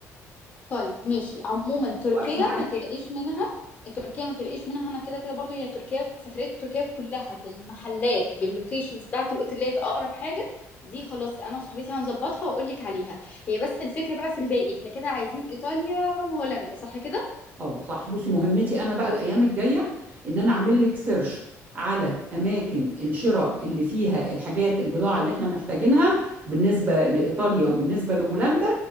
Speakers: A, on the left; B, on the right.
A: طيب ماشي عموما تركيا
B: وقت معانا
A: ما تلاقيش منها تركيا ما تلاقيش منها انا كده كده برضو هي تركيا سفرية تركيا كلها بالمحلات باللوكيشنز بتاعت الاوتيلات اقرب حاجة دي خلاص انا وصاحبتي هنظبطها واقول لك عليها هي بس الفكرة بقى في الباقي احنا كده عايزين ايطاليا وهولندا صح كده
B: اه صح بصي مهمتي انا بقى الايام الجايه ان انا اعمل لك سيرش على اماكن الشراء اللي فيها الحاجات البضاعه اللي احنا محتاجينها بالنسبه لايطاليا وبالنسبه لهولندا